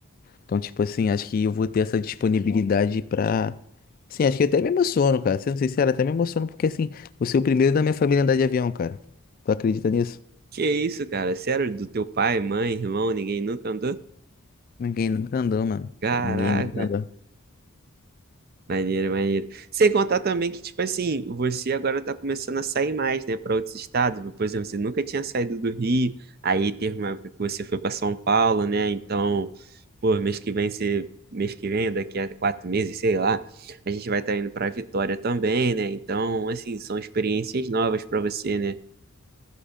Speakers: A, on the left; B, on the right.
A: Então, tipo assim, acho que eu vou ter essa disponibilidade pra... Sim, acho que eu até me emociono, cara. Sendo sincero, até me emociono, porque, assim, você é o primeiro da minha família a andar de avião, cara. Tu acredita nisso?
B: Que isso, cara? Sério, do teu pai, mãe, irmão, ninguém nunca andou?
A: Ninguém nunca andou, mano.
B: Caraca.
A: Ninguém nunca andou.
B: Maneiro, maneiro. Sem contar também que, tipo assim, você agora tá começando a sair mais, né, para outros estados. Por exemplo, você nunca tinha saído do Rio, aí teve uma época que você foi para São Paulo, né? Então, pô, mês que vem você. Mês que vem, daqui a quatro meses, sei lá, a gente vai estar indo para Vitória também, né? Então, assim, são experiências novas para você, né?